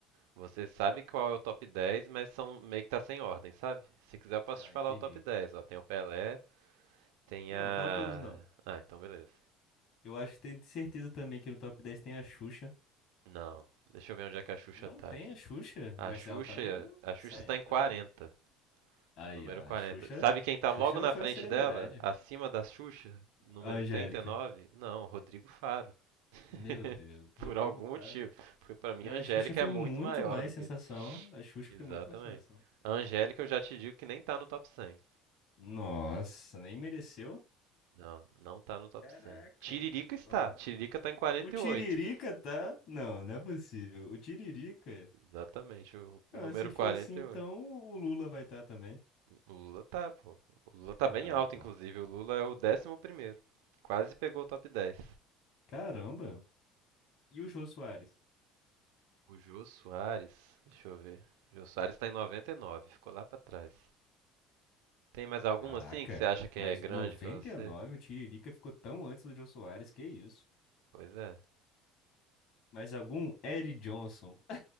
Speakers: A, on the right; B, on the left.
A: Você sabe qual é o top 10, mas são meio que tá sem ordem, sabe? Se quiser, eu posso
B: Ah,
A: te falar
B: entendi.
A: o top 10. Ó, tem o Pelé, tem
B: Não,
A: a.
B: não fala todos não.
A: Ah, então beleza.
B: Eu acho que tenho certeza também que no top 10 tem a Xuxa.
A: Não. Deixa eu ver onde é que a Xuxa
B: Não
A: tá
B: tem
A: aqui.
B: a Xuxa,
A: A
B: mas
A: Xuxa,
B: ela tá no, no
A: a Xuxa
B: 100,
A: está em
B: tá
A: 40,
B: aí. Aí,
A: número
B: ó, a
A: 40.
B: Xuxa,
A: Sabe quem tá
B: Xuxa
A: logo
B: ela
A: na
B: foi
A: frente
B: uma celebridade.
A: dela, acima da Xuxa, número
B: A Angélica.
A: 39? Não, Rodrigo Faro. <laughs>
B: Meu Deus,
A: Por
B: Rodrigo
A: algum motivo.
B: Faro.
A: Porque pra mim
B: A
A: a Angélica
B: Xuxa foi
A: é muito
B: muito
A: maior
B: mais
A: do
B: sensação.
A: que.
B: A Xuxa
A: Exatamente.
B: foi muito mais sensação.
A: A Angélica eu já te digo que nem tá no top 100.
B: Nossa, nem mereceu.
A: Não, não tá no top
B: Caraca.
A: 100. Tiririca está.
B: Ó,
A: Tiririca tá em 48.
B: O Tiririca tá? Não, não é possível. O Tiririca?
A: Exatamente, o o
B: Ah,
A: número
B: se for
A: 48.
B: assim, então o Lula vai estar também.
A: O Lula tá, pô. O Lula tá
B: Ah,
A: bem alto,
B: então.
A: inclusive. O Lula é o 11 primeiro. Quase pegou o top 10.
B: Caramba. E o Jô Soares?
A: O Jô Soares, deixa eu ver. O Jô Soares tá em 99, ficou lá pra trás. Tem mais algum
B: Caraca.
A: assim que você acha que
B: Mas
A: é grande
B: noventa
A: pra você?
B: e nove o Tiririca ficou tão antes do Jô Soares, que isso?
A: Pois é.
B: Mas algum Eric Johnson?